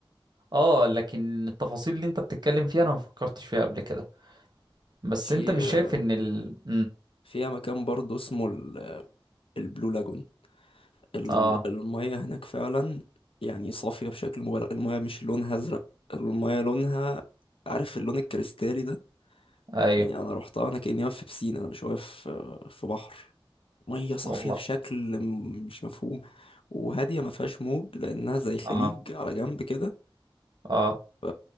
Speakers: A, on the right; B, on the left.
A: اه لكن التفاصيل اللي انت بتتكلم فيها انا ما فكرتش فيها قبل كده بس
B: في
A: انت مش شايف ان ال مم،
B: فيها مكان برضه اسمه ال- البلو لاجون ال-
A: اه
B: المية هناك فعلا يعني صافية بشكل مبالغ المية مش لونها ازرق المية لونها عارف اللون الكريستالي ده
A: ايوه
B: يعني انا روحتها انا كاني واقف في بسين انا مش واقف آه، في بحر ميه صافيه
A: والله
B: بشكل م- مش مفهوم وهاديه ما فيهاش موج لانها زي خليج
A: اه
B: على جنب كده
A: اه
B: ف-